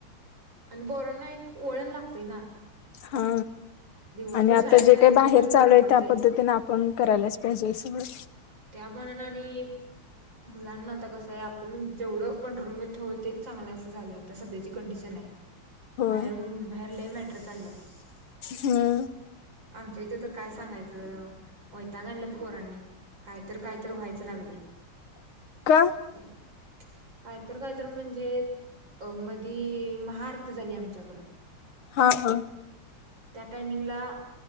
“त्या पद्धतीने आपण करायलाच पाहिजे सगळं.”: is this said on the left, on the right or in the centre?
Left